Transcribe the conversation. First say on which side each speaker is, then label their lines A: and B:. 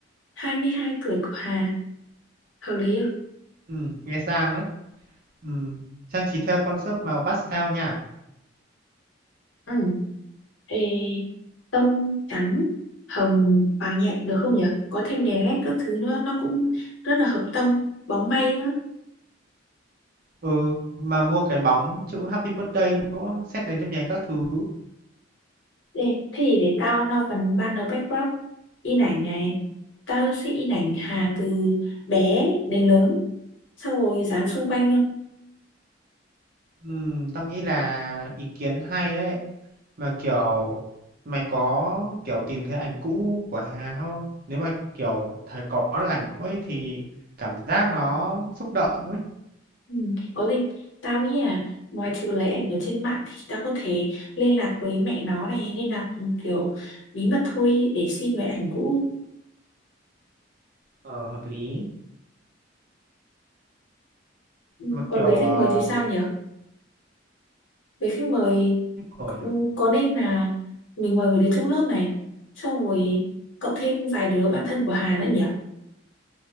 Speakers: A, on the left; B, on the right.
A: 22 tuổi của Hà. Hợp lý không?
B: Ừ, nghe sang đấy. Ừ, trang trí theo concept màu pastel nha.
A: Ừ. Ê, tông trắng, hồng, vàng nhẹ được không nhỉ? Có thêm đèn led các thứ nữa, nó cũng rất là hợp tông, bóng bay nữa.
B: Ừ, mà mua cái bóng chữ Happy Birthday nữa, xét đến nhấp nháy các thứ.
A: Ê, thế thì để tao lo phần banner backdrop, in ảnh này. Tao sẽ in ảnh Hà từ bé đến lớn, xong rồi dán xung quanh luôn.
B: Ừ, tao nghĩ là ý kiến hay đấy. Mà kiểu mày có kiểu tìm thấy ảnh cũ của Hà không? Nếu mà kiểu thấy có được ảnh cũ ấy thì cảm giác nó xúc động ấy.
A: Ừ, có gì tao nghĩ là ngoài trừ lấy ảnh ở trên mạng thì tao có thể liên lạc với mẹ nó này nên là kiểu bí mật thôi để xin lấy ảnh cũ
B: Ờ, hợp lý.
A: Ừ,
B: Mà
A: còn
B: kiểu
A: về khách
B: uh,
A: mời thì sao nhỉ về khách mời
B: ừ,
A: ừ, có nên là mình mời mấy đứa trong lớp này xong rồi cộng thêm vài đứa bạn thân của Hà nữa nhỉ